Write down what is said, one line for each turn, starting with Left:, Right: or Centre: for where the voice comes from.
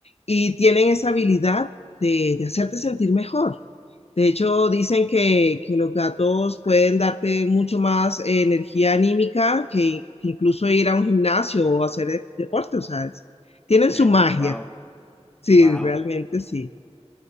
Left: y tienen esa habilidad de, de hacerte sentir mejor. De hecho, dicen que, que los gatos pueden darte mucho más eh, energía anímica que, que incluso ir a un gimnasio o hacer eh, deporte, o sea, es- tienen
Centre: Eh,
Left: su magia,
Centre: wow,
Left: sí,
Centre: wow,
Left: realmente sí.